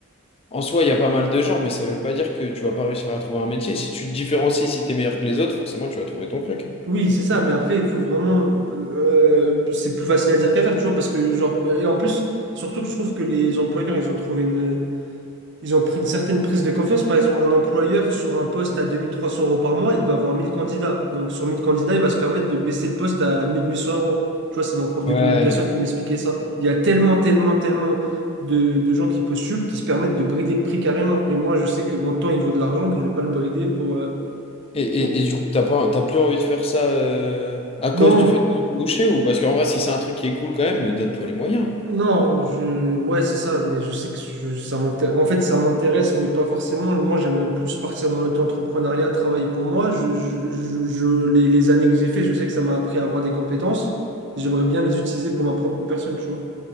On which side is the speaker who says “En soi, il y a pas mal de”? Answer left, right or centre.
Left